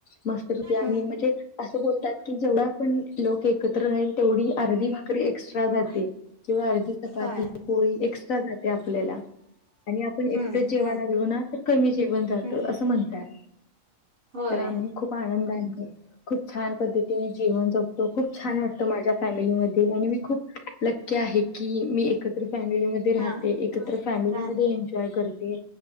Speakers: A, on the left; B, on the right.
A: मस्तपैकी आम्ही
B: हम्म
A: म्हणजे असं बोलतात की जेवढा आपण लोक एकत्र राहील तेवढी अर्धी भाकरी एक्स्ट्रा
B: हम्म
A: जाते. किंवा अर्धी चपाती,
B: होय
A: पोळी एक्स्ट्रा जाते आपल्याला आणि आपण एकटंच
B: हम्म
A: जेवाय
B: हम्म
A: लागलो ना. तर जेवण जात
B: हम्म
A: अस म्हणतात
B: होय
A: तर आम्ही खूप आनंदाने खूप छान पद्धतीने जीवन जगतो खूप छान वाटत माझ्या फॅमिलीमध्ये आणि मी खूप लक्की
B: हम्म
A: आहे की मी एकत्र फॅमिलीमध्ये राह
B: हा
A: ते. एकत्र फॅमिली
B: राहत
A: मध्ये एजॉय करते